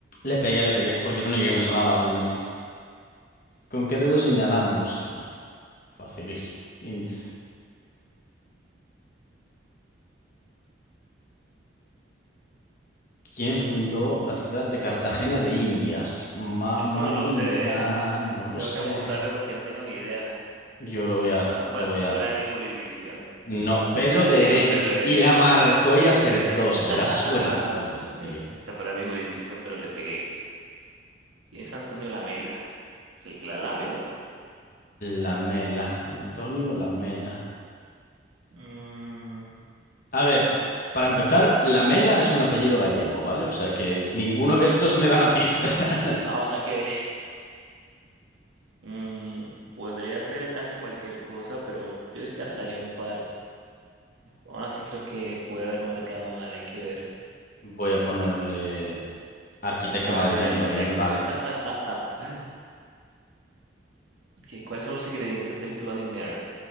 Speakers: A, on the left (about 45°); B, on the right (about 80°).
A: Le pegué, le pegué, porque es la única que me sonaba realmente. ¿Con qué dedo señalamos? Buah, facilísimo. Índice. ¿Quién fundó la ciudad de Cartagena de Indias? Mamma
B: Esto no
A: mía,
B: lo sé, ¿eh?
A: no lo
B: Tengo
A: sé.
B: que apostarle porque no tengo ni idea.
A: Yo lo voy a,
B: Esto está fuera,
A: lo voy
B: fuera
A: a.
B: de mi jurisdicción.
A: No, Pedro
B: Ah,
A: de
B: sí,
A: Heredia.
B: fue Pedro Heredia.
A: Y la marcó y acertó.
B: <laughs>
A: Será suertudo el tío.
B: Está fuera de mi jurisdicción, pero le pegué. Y es Antonio Lamela. Es el que la lame, ¿no?
A: Lamela, Antonio Lamela.
B: Mm,
A: A ver, para empezar, Lamela es un apellido gallego, ¿vale? O sea que ninguno de estos me da una pista. <laughs>
B: Ah, o sea que <laughs> mm, podría ser casi cualquier cosa, pero yo descartaría un par. Ahora sí creo que pude haber marcado mal, hay que ver.
A: Voy a ponerle arquitecto
B: Ah,
A: madrileño,
B: sí, era arquitecto.
A: bien, vale.
B: <laughs> Ok, ¿cuáles son los ingredientes del Bloody Mary?